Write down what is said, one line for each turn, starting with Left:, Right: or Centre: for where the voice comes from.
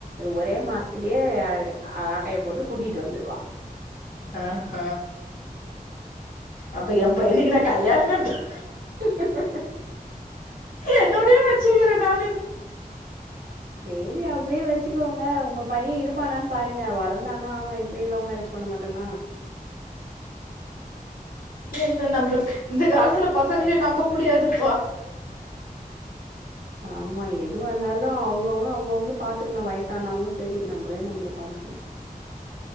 Right: ஒரே மாசத்துலயே ஆட்டைய போட்டு கூட்டிட்டு வந்துருவா
Left: ஆ ஹ அப்ப எ பையனுக்கு நா கல்யாணமே பன்
Right: <unintelligible>
Left: என்னோடையே வெச்சுகிற நானு
Right: உஹ <inaudible> சேரி அப்டியே வச்சுக்கோங்க உங்க பையன் இருப்பானான்னு பாருங்க வளந்தான்னா ஆமா இப்படியு லவ் மேரேஜ் பண்ண மாட்டனா
Left: என்ன நம்பறது இந்த காலத்துல பசங்களையு நம்ப முடியாதுப்பா
Right: ஆம்மா எது வந்தாலு அவுங்க அவுங்க அவுங்க அவுங்க பாத்துக்கணு வயசானாலு செரி நம்மளே நம்மள பாத்துக்கணு